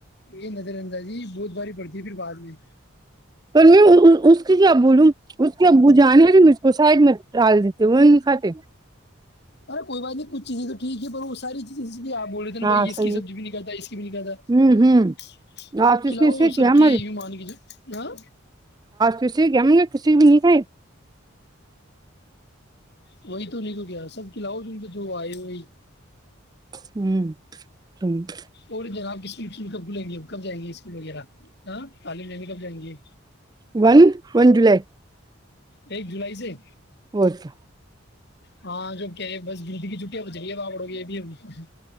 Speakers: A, on the left (about 55°); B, on the right (about 20°).
A: یہ نظر اندازی بہت باری پڑتی ہے پھر بعد میں
B: پر میں اس کی کیا بولوں اس کے ب جانے مجھ کو سائڈ میں ڈال دیتے وہ کھاتے
A: ارے کوئی بات نہیں کچھ چیزیں تو ٹھیک ہے پر وہ ساری چیزیں اس آپ بول رہے تھے نا
B: ہاں
A: بھائی اس
B: صحیح
A: کی سبزی بھی نکلتا اس کی بھی نہیں کہالتا
B: ہوں ہوں آج تو اس
A: کلاؤ
B: نے سے
A: وہ
B: کیا
A: سب
B: ہمارے
A: کی مان کی ہ
B: کسی گمیں گے کسی بھی نہیں کائے
A: وہی تو نہیں کو کیا سب کھلاؤ ج کو جو آئے وہی
B: ہوں س
A: اور جنابپ کی اسکولک کب کھلیں گے کب جائیں گے اسکول وغیرہ ہ تعلیم لیں گے کب جائیں گے
B: ون ون جولائی
A: ایک جولائی سے
B: اوکا
A: ہاں جو کہ بس گندگی جٹی ہے وہ جلیے با بڑ گی یہ بھی ہم کو سے